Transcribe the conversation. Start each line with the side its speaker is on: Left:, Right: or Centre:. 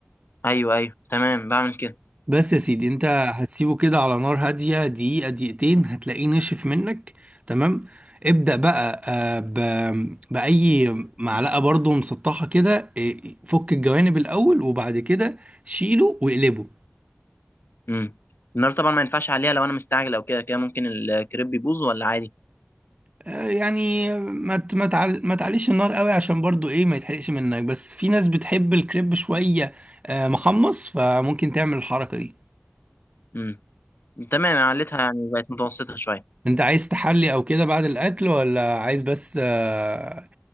Left: ايوه ايوه تمام بعمل كده
Right: بس يا سيدي انت هتسيبه كده على نار هادية دقيقة دقيقتين هتلاقيه نشف منك تمام ابدأ بقى آه، ب- بأي معلقة برضو مسطحة كده آه، فك الجوانب الأول وبعد كده شيله واقلبه
Left: امم النار طبعا ما ينفعش عليها لو انا مستعجل او كده كده ممكن الكريب يبوظ ولا عادي
Right: آه، يعني ما ت- ما تعل... ما تعليش النار قوي عشان برضو ايه ما يتحرقش منك بس في ناس بتحب الكريب شوية آه، محمص فممكن تعمل الحركة دي
Left: امم تمام عليتها يعني بقت متوسطه شويه
Right: انت عايز تحلي او كده بعد الاكل ولا عايز بس آه،